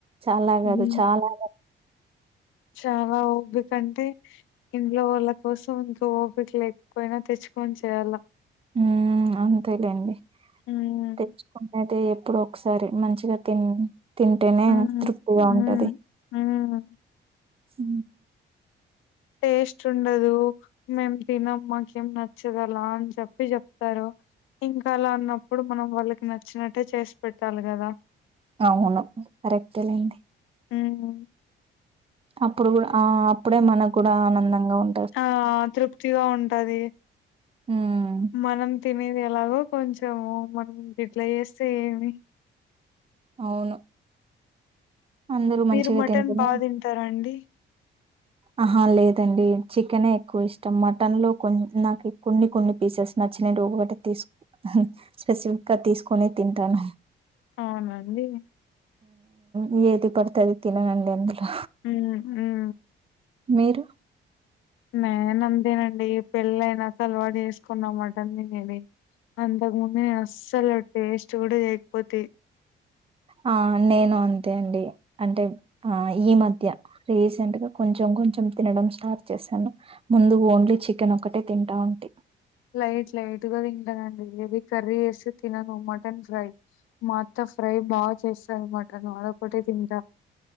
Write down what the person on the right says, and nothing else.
చాలా
కాదు చాలా
ఉ అంతేలేండి
తెచ్చుకు అయితే ఎప్పుడు ఒకసారి మంచిగా తిన్ తింటేనే
తృప్తిగా
ఉంటది
ఊ
అవును కరెక్టే లేండి
అప్పుడు కూడా ఆ అప్పుడే మనకు కూడా ఆనందంగా ఉం
ఉమ్
అవును అందరూ
మంచిగా
తింటేనే
ఆహా లేదండి చికెనే ఎక్కువ ఇష్టం మటన్ లో కొ నాకు కొన్ని కొన్ని పీసెస్ నచ్చిన ఒకటి తీసు అహ స్పెసిఫిక్ గా తీసుకొని తింటాను
ఉ ఏది పడుతది తిననండి అందులో
మీరు
ఆ నేను అంతే అండి అంటే ఆ ఈ మధ్య రీసెంట్ గా కొంచెం కొంచెం తినడం స్టార్ట్ చేశాను ముందు ఓన్లీ చికెన్ ఒకటే తింటా ఉంటి